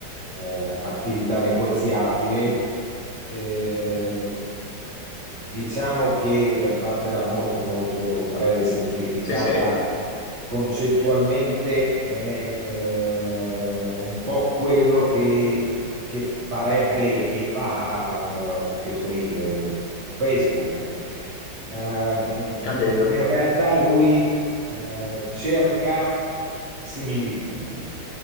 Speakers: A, on the right; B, on the left.
A: eh, attività negoziabile eh, diciamo che per fartela molto, molto breve e semplificata,
B: sì, sì,
A: concettualmente è eh, un po' quello che, che farebbe e che fa, eh, che so io, Facebook. Eh, in,
B: capito.
A: in realtà lui eh, cerca similitudini.